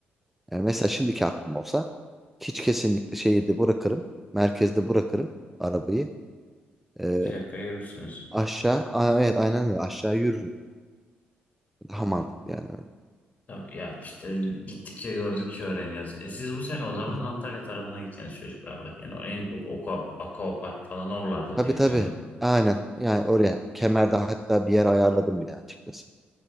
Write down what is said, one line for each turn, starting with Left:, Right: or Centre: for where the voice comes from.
Centre: Yani mesela şimdiki aklım olsa hiç kesinlikle şehirde bırakırım. Merkezde bırakırım arabayı. E,
Left: 2 dakika yürürsünüz.
Centre: aşağı, Aa, evet aynen öyle aşağı yürürüm. Daha mantıklı yani
Left: Tabii ya işte gittikçe gördükçe öğreniyoruz. E siz bu sene o zaman
Centre: öyle.
Left: Antalya tarafına gideceksiniz çocuklarla. Yani o en çok Oka, Aquapark falan oralarda
Centre: Tabii
Left: diye
Centre: tabii.
Left: biliyorum.
Centre: Aynen. Yani oraya kemerde hatta bir yer ayarladım bile açıkçası.